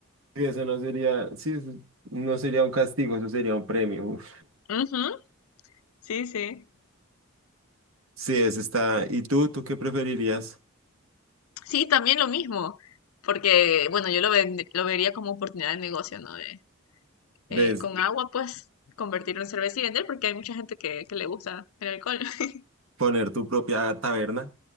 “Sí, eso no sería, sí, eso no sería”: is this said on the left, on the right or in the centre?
Right